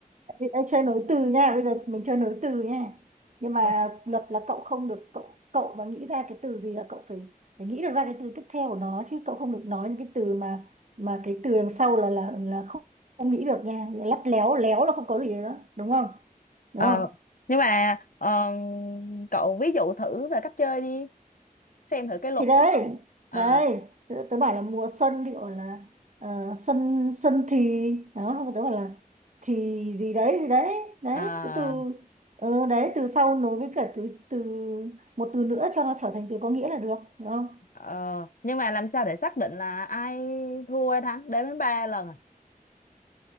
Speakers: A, on the right; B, on the left.
A: Ê, ê, chơi nối từ nha bây giờ mình chơi nối từ nha nhưng mà
B: Ờ,
A: luật là cậu không được cậu cậu mà nghĩ ra cái từ gì là cậu phải phải nghĩ được ra cái từ tiếp theo của nó chứ cậu không được nói những cái từ mà mà cái từ đằng sau là là là không, không nghĩ được nha lắt léo léo là không có gì đó đúng không đúng
B: ờ.
A: không
B: nhưng mà ờ, cậu ví dụ thử về cách chơi đi xem thử cái luật
A: thì đấy
B: của cậu à,
A: đấy tớ, tớ bảo là mùa xuân thì gọi là ờ, xuân xuân thì đó xong rồi tớ bảo là thì gì đấy gì đấy đấy
B: à,
A: cứ từ ờ, đấy từ sau nối với cả từ từ một từ nữa cho nó trở thành từ có nghĩa là được hiểu không
B: ờ, nhưng mà làm sao để xác định là ai thua ai thắng đếm đến ba lần à?